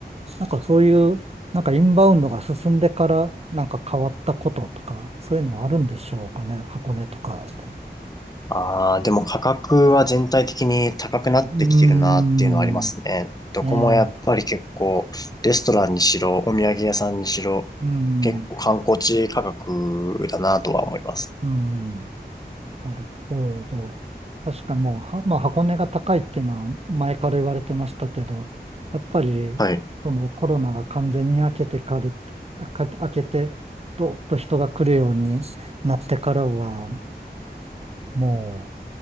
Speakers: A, on the right (about 35°); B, on the left (about 20°).
A: なんかそういう、なんかインバウンドが進んでから、なんか変わったこととか、そういうのはあるんでしょうかね、箱根とかでも。
B: ああ、でも価格は全体的に高くなってきてるなっていうのはありますね。
A: うーん、ね
B: どこもやっぱり結構、
A: え、
B: レストランにしろ、お土産屋さんにしろ、
A: うん、
B: 結構観光地価格だなとは思います。
A: うん。なるほど。確かにもう、はまあ、箱根が高いっていうのは前から言われてましたけど、やっぱりそのコロナが完全に明けてかる、
B: はい。
A: か明けて、どーっと人が来るようになってからは、も